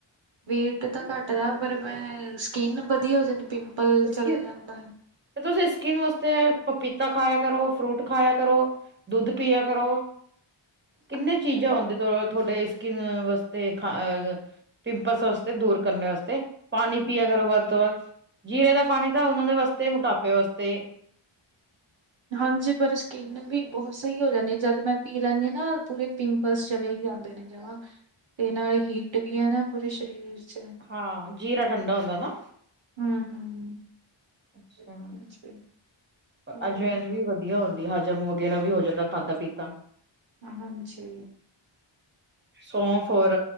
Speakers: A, on the right; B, on the right.
A: ਵੇਟ ਤਾਂ ਘੱਟਦਾ ਪਰ ਮੈਂ ਸਕਿਨ ਵਧੀਆ ਹੋ ਜਾਂਦੀ। ਪਿੰਪਲ ਚਲੇ
B: ਸਕਿ
A: ਜਾਂਦਾ ਹੈ।
B: ਤੇ ਤੁਸੀਂ ਸਕਿਨ ਵਾਸਤੇ ਪਪੀਤਾ ਖਾਇਆ ਕਰੋ, ਫਰੂਟ ਖਾਇਆ ਕਰੋ, ਦੁੱਧ ਪੀਆ ਕਰੋ। ਕਿੰਨੇ
A: ਖਾਂਦੇ
B: ਚੀਜ਼ਾਂ
A: ਆ ਪਰ
B: ਆਉਂਦੇ ਤੁਹਾਡੇ ਸਕਿਨ ਵਾਸਤੇ ਖ ਪਿੰਪਲਸ ਵਾਸਤੇ ਦੂਰ ਕਰਨ ਵਾਸਤੇ ਪਾਣੀ ਪੀਆ ਕਰੋ ਵੱਧ ਤੋਂ ਵੱਧ। ਜੀਰੇ ਦਾ ਪਾਣੀ ਤਾਂ ਉਹਨਾਂ ਦੇ ਵਾਸਤੇ ਮੋਟਾਪੇ ਵਾਸਤੇ।
A: ਹਾਂ ਜੀ ਪਰ ਸ। ਸਕਿੰਨ ਵੀ ਬਹੁਤ ਸਹੀ ਹੋ ਜਾਂਦੀ ਆ। ਜਦ ਮੈਂ ਪੀ ਲੈਂਦੀ ਹਾਂ ਨਾ ਪੂਰੇ ਪਿੰਪਲਸ ਚਲੇ ਹੀ ਜਾਂਦੇ ਨੇ ਜਮਾਂ। ਤੇ ਨਾਲ ਹੀਟ ਵੀ ਆ ਨਾ ਪੂਰੇ ਸਰੀਰ। ਚ
B: ਹਾਂ ਜੀਰਾ ਠੰਡਾ ਹੁੰਦਾ ਨਾ।
A: ਹਮ।
B: ਅੱਛਾ
A: ਹੋਰ
B: ਅਜਵੈਨ ਵੀ ਵਧੀਆ ਹੁੰਦੀ। ਹਜ਼ਮ ਵਗੈਰਾ ਵੀ ਹੋ ਜਾਂਦਾ ਖਾਧਾ ਪੀਤਾ।
A: ਹਾਂ ਜੀ
B: ਸੌਂਫ ਔਰ।